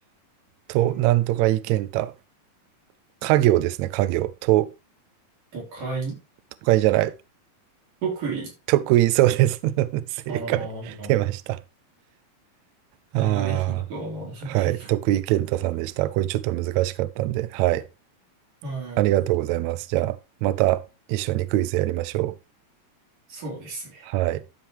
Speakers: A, on the right; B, on the right.
A: と、
B: うん、
A: なんとかいけんた。家業ですね、家業。と、
B: 都会、
A: 都会じゃない。
B: 得意。
A: 得意そうです。<laughs> 正解。
B: ああ、こ
A: 出ました。あ
B: れまでヒントはないと。
A: あ、はい。徳井健太さんでした。これちょっと難しかったんで。はい。
B: う
A: ありがとうございます。じゃあ、また一緒にクイズやりましょう。
B: そうですね。
A: はい。